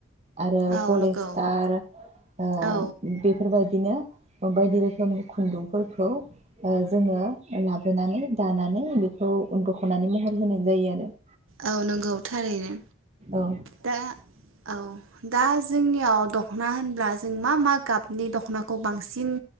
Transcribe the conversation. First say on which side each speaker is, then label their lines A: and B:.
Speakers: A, on the right (about 30°); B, on the right (about 70°).
A: आरो
B: औ
A: पलिस्टार
B: नंगौ
A: ओ
B: औ
A: बेफोरबायदि बिदिनो बायदि रोखोमनि खुन्दुंफोरखौ जोङो लाबोनानै दानानै बेखौ दख'नानि महर होनाय जायो आरो
B: औ नंगौ थारैनो
A: औ
B: दा औ दा जोंनियाव दख'ना होनब्ला जों मा मा गाबनि दख'नाखौ बांसिन